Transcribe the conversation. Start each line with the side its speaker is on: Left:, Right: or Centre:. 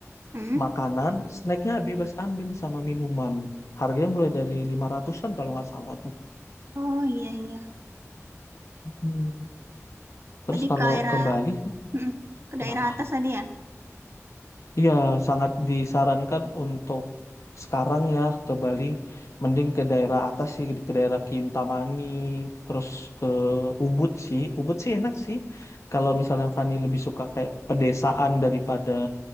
Right: Hmm.
Left: makanan, snacknya bebas ambil sama minuman. Harganya mulai dari 500-an kalau nggak salah tuh.
Right: Oh iya iya.
Left: Hmm. Terus
Right: Tadi
Left: kalau
Right: ke daerah,
Left: ke Bali sih,
Right: hmm, ke
Left: kenapa?
Right: daerah atas tadi ya.
Left: Iya, sangat disarankan untuk sekarang ya ke Bali, mending ke daerah atas sih, ke daerah Kintamani, terus ke Ubud sih. Ubud sih enak sih. Kalau misalnya Fani lebih suka kayak pedesaan daripada